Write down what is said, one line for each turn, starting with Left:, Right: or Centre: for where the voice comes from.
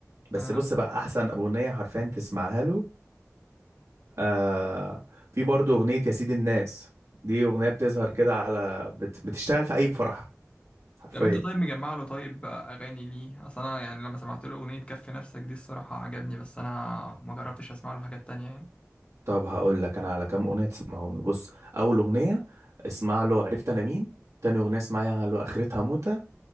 Right: بس
Left: انا
Right: بص
Left: بس
Right: بقى احسن اغنيه حرفيا تسمعها له آه... في برضه اغنيه يا سيد الناس دي اغنيه بتظهر كده على بت... بتشتغل في اي فرح حرفيا
Left: طب انت طيب مجمع له طيب اغاني ليه اصل انا يعني لما سمعت له اغنيه كف نفسك دي الصراحه عجبني بس انا ما جربتش اسمع له حاجات تانية يعني
Right: طب هقول لك انا على كام اغنيه تسمعهم له بص اول اغنيه اسمع له عرفت انا مين تاني اغنيه اسمعها له اخرتها موتة